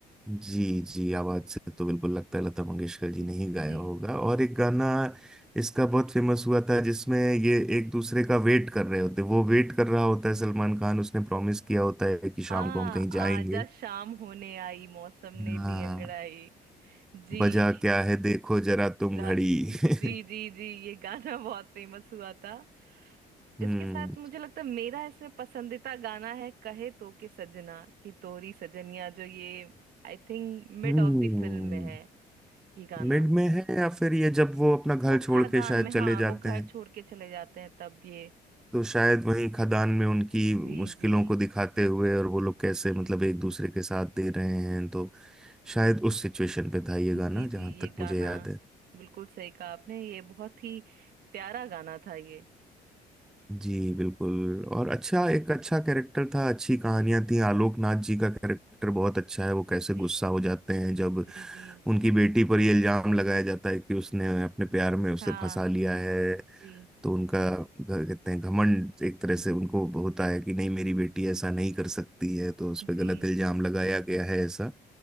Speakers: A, in the centre; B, on the right.
A: जी जी आवाज से तो बिल्कुल लगता है लता मंगेशकर जी
B: जी
A: ने ही गाया होगा
B: जी
A: और एक गाना इसका बहुत फेमस हुआ था जिसमें ये एक दूसरे का वेट कर रहे होते वो वेट कर रहा होता है सलमान खान उसने प्रॉमिस किया होता है कि
B: हाँ
A: शाम को हम कहीं
B: आजा
A: जाएंगे
B: शाम होने आई मौसम ने
A: हाँ
B: ली अंगड़ाई जी ये
A: बजा क्या है देखो जरा तुम
B: गाना
A: घड़ी <laughs>
B: जी जी जी ये गाना <laughs> बहुत फेमस हुआ था इसके
A: हम्म
B: साथ मुझे लगता है मेरा इसमें पसंदीदा गाना है कहे तो के सजना कि तोरी सजनिया जो ये I think mid
A: हम्म
B: of the film में है ये गाना
A: मिड में है या फिर ये जब वो अपना घर
B: वो
A: छोड़
B: खादान
A: के शायद
B: में
A: चले
B: हाँ वो
A: जाते
B: घर
A: हैं
B: छोड़ के चले जाते हैं तब ये
A: तो शायद वही खदान में उनकी
B: जी
A: मुश्किलों
B: जी
A: को दिखाते हुए और वो लोग कैसे
B: जी
A: मतलब एक दूसरे के साथ दे रहे हैं तो शायद उस सिचुएशन पे था ये
B: जी
A: गाना जहाँ
B: जी ये
A: तक
B: गाना
A: मुझे याद है
B: बिल्कुल सही कहा आपने ये बहुत ही प्यारा गाना था ये
A: जी बिल्कुल और अच्छा एक अच्छा कैरेक्टर था अच्छी कहानियां थी आलोक नाथ जी का कैरेक्टर बहुत अच्छा है वो कैसे
B: जी
A: गुस्सा हो जाते हैं जब
B: जी जी
A: उनकी बेटी पर ये इल्जाम लगाया जाता है कि उसने अपने प्यार में उसे
B: हाँ
A: फंसा लिया है
B: जी
A: तो उनका घ- कहते हैं घमंड एक तरह से उनको होता है कि नहीं मेरी बेटी ऐसा नहीं कर सकती है तो उस पर
B: जी
A: गलत इल्जाम लगाया गया है ऐसा